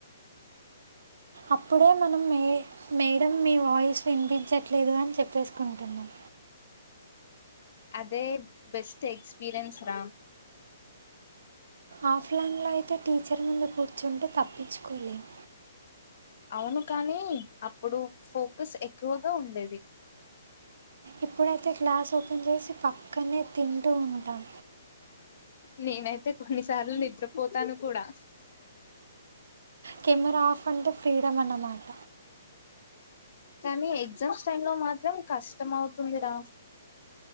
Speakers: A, on the right; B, on the left.
A: అప్పుడే మనం మే మేడం మీ వాయిస్ వినిపించట్లేదు అని చెప్పేసుకుంటున్నాం
B: అదే బెస్ట్ ఎక్స్పీీరియన్స్ రా
A: ఆఫ్లైన్లో అయితే టీచర్ ముందు కూర్చుంటే తప్పించుకోలేము
B: అవును కానీ అప్పుడు ఫోకస్ ఎక్కువగా ఉండేది
A: ఇప్పుడైతే క్లాస్ ఓపెన్ చేసి పక్కనే తింటూ ఉంటాం
B: నేనైతే కొన్నిసార్లు నిద్రపోతాను కూడా
A: కెమెరా ఆఫ్ అంటే ఫ్రీడమ్ అన్నమాట
B: కానీ ఎగ్జామ్స్ టైమ్ లో మాత్రం కష్టం అవుతుందిరా